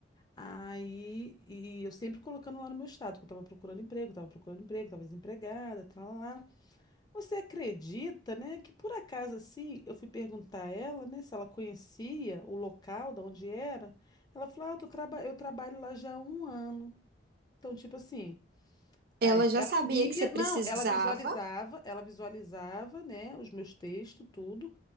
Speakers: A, on the left; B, on the right.
A: Aí, e eu sempre colocando lá no meu status, que eu estava procurando emprego, estava procurando emprego, estava desempregada, lá. Você acredita, né, que por acaso assim, eu fui perguntar a ela, né, se ela conhecia o local da onde era. Ela falou: "Ah, eu tô traba- eu trabalho lá já há um ano". Então, tipo assim,
B: Ela
A: é,
B: já
A: ela
B: sabia
A: via,
B: que você precisava.
A: não, ela visualizava, ela visualizava, né, os meus textos, tudo,